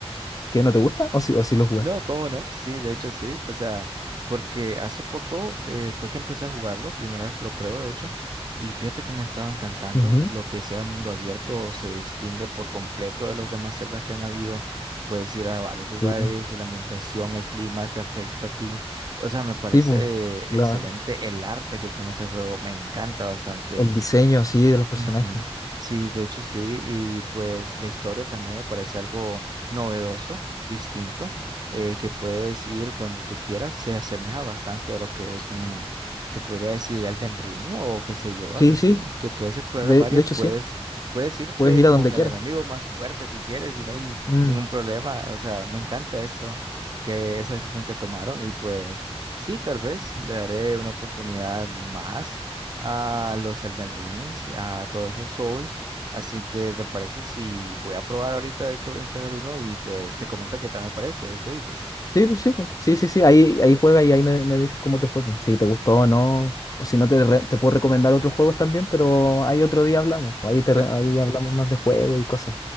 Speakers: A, on the left (about 35°); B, on the right (about 40°).
A: que no te gusta, o si, o si lo jugaste.
B: No, ¿cómo no? Sí, de hecho sí. O sea, porque hace poco eh, fue que empecé a jugarlo, primera vez que lo pruebo, de hecho, y fíjate que me ha estado encantando.
A: Ujú,
B: Lo que sea mundo abierto se distingue por completo de los demás celdas que han habido. Puedes ir a varios lugares,
A: Sí,
B: la ambientación, el clima te afecta a ti. O sea, me parece
A: sí, pues,
B: eh,
A: la-
B: excelente el arte que tiene ese juego, me encanta bastante.
A: el diseño así de los personajes.
B: Ujú. Sí, de hecho sí, y pues la historia también me parece algo novedoso, distinto, eh, que puedes ir donde tú quieras, se asemeja bastante a lo que es un, se podría decir Elden Ring o qué sé yo, algo
A: Sí,
B: así,
A: sí,
B: que puedes explorar
A: De,
B: varias,
A: de hecho,
B: puedes,
A: sí,
B: puedes irte
A: puedes ir a
B: con
A: donde quieras.
B: el enemigo más fuerte si quieres y no hay
A: Mm,
B: ningún problema, o sea, me encanta eso, que esa decisión que tomaron y pues sí, tal vez le daré una oportunidad más a los Elden Rings, a todos esos Souls. Así que, ¿te parece si voy a probar ahorita? De hecho, voy a instalar uno y pues te comento qué tal me parece. ¿Qué dices?
A: Sí, pues, sí, pues, sí, sí, sí, ahí, ahí juega y ahí me, me dices cómo te fue, pues, si te gustó o no, o si no te, re- te puedo recomendar otros juegos también, pero ahí otro día hablamos, pues, ahí, te,
B: Cla-
A: re- ahí hablamos más de juegos y cosas.